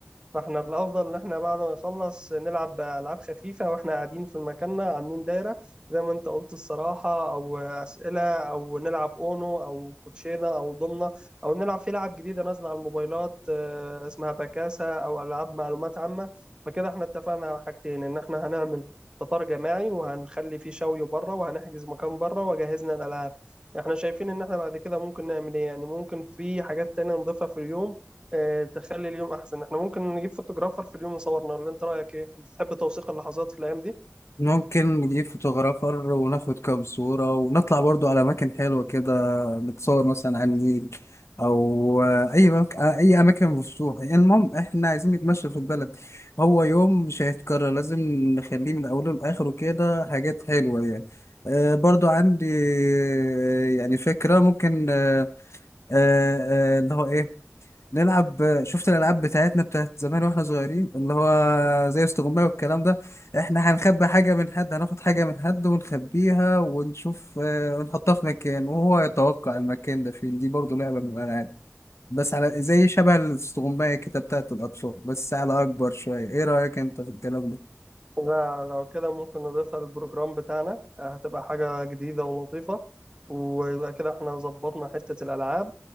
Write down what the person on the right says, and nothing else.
فاحنا الافضل ان احنا بعد ما نخلص نلعب بالعاب خفيفه واحنا قاعدين في مكاننا عاملين دايره زي ما انت قلت الصراحه او اسئله او نلعب اونو او كوتشينه او ضمنه او نلعب في لعب جديده نازله على الموبايلات آه، اسمها بكاسه او العاب معلومات عامه فكده احنا اتفقنا على حاجتين ان احنا هنعمل فطار جماعي وهنخلي فيه شوي بره وهنحجز مكان بره وجهزنا الالعاب احنا شايفين ان احنا بعد كده ممكن نعمل ايه يعني ممكن في حاجات تانية نضيفها في اليوم آه، تخلي اليوم احسن احنا ممكن نجيب فوتوغرافر في اليوم يصورنا ولا انت رايك ايه بتحب توثيق اللحظات في الايام دي
لا، لو كده ممكن نضيفها للبروجرام بتاعنا آه، هتبقى حاجه جديده ولطيفه ويبقى كده احنا ظبطنا حته الالعاب